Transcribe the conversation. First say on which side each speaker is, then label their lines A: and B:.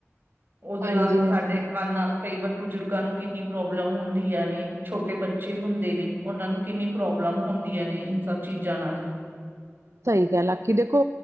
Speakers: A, on the right; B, on the right.
A: ਉਹਦੇ
B: ਹਾਂਜੀ
A: ਨਾਲ਼ ਸਾਡੇ ਕੰਨ ਨਾਲ, ਕਈ ਵਾਰ ਬਜ਼ੁਰਗਾਂ ਨੂੰ ਕਿੰਨੀ ਪ੍ਰੋਬਲਮ ਹੁੰਦੀਆ ਨੇ, ਛੋਟੇ ਬੱਚੇ ਹੁੰਦੇ ਨੇ। ਉਹਨਾਂ ਨੂੰ ਕਿੰਨੀ ਪ੍ਰੋਬਲਮ ਹੁੰਦੀਆਂ ਨੇ ਇਨ ਸਭ ਚੀਜ਼ਾਂ ਨਾਲ
B: ਸਹੀ ਗਲ ਆਖੀਂ, ਦੇਖੋ